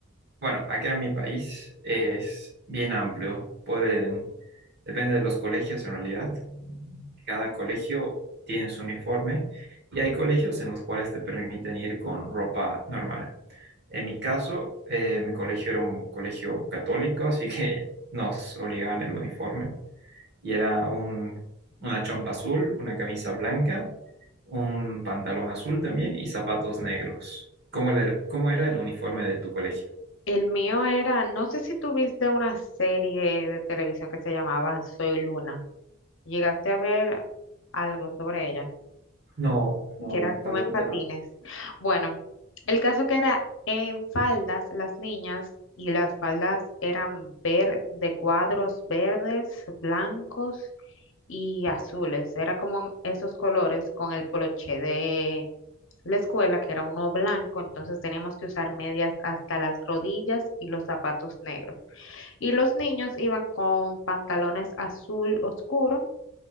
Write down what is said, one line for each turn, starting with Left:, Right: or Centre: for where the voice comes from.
Right: Bueno, acá en mi país es bien amplio. Pueden, depende de los colegios en realidad. Cada colegio tiene su uniforme y hay colegios en los cuales te permiten ir con ropa normal. En mi caso, eh, mi colegio era un colegio católico, así que <laughs> nos obligaban el uniforme. Y era un, una chompa azul, una camisa blanca, un pantalón azul también y zapatos negros. ¿Cómo, le- cómo era el uniforme de tu colegio?
Left: El mío era, no sé si tuviste una serie de televisión que se llamaba Soy Luna. Llegaste a ver algo sobre ella,
Right: No, no,
Left: que eran
Right: lamentablemente
Left: como en patines.
Right: no.
Left: Bueno, el caso que era en faldas las niñas y las faldas eran ver de cuadros verdes, blancos y azules. Era como en esos colores con el poloché de la escuela, que era uno blanco, entonces teníamos que usar medias hasta las rodillas y los zapatos negros. Y los niños iban con pantalones azul oscuro